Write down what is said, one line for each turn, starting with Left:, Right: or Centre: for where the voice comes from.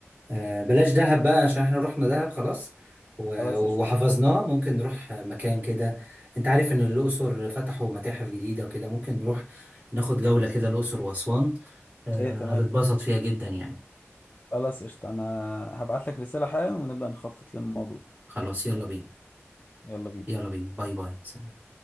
Right: آه، بلاش دهب بقى عشان احنا رحنا دهب خلاص و-
Left: خلاص
Right: وحفظناه
Left: قشطة
Right: ممكن نروح آه، مكان كده انت عارف ان الاقصر فتحوا متاحف جديده وكده ممكن نروح ناخد جوله كده الاقصر واسوان آه،
Left: ايه تمام
Right: هتتبسط فيها جدا يعني
Left: خلاص قشطة انا هبعت لك رسالة حالا ونبدأ نخطط للموضوع
Right: خلاص يلا بينا
Left: يلا بينا
Right: يلا بينا باي باي سلام